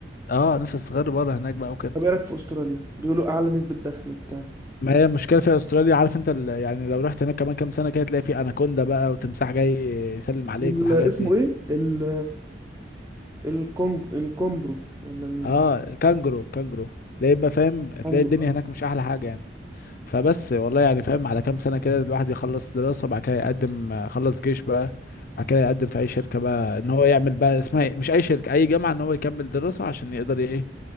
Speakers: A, on the left; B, on the right.
A: اه نفسي استقر بره هناك بقى وكده
B: طب ايه رايك في استراليا بيقولوا اعلى نسبه دخل وبتاع
A: ما هي المشكله في استراليا عارف انت ال... يعني لو رحت هناك كمان كام سنه كده تلاقي في اناكوندا بقى وتمساح جاي يسلم عليك
B: والاسمه
A: والحاجات دي
B: ايه ال... الكونج الكومبرو ولا
A: اه الكانجرو الكانجرو تلاقي بقى فاهم تلاقي
B: الكونجرو
A: الدنيا
B: اه
A: هناك مش احلى حاجه يعني فبس والله يعني فاهم على كام سنه كده الواحد يخلص دراسه بعد كده يقدم آه، خلص جيش بقى بعد كده يقدم في اي شركه بقى ان هو يعمل بقى اسمها إيه؟ مش اي شركه اي جامعه ان هو يكمل دراسه عشان يقدر ايه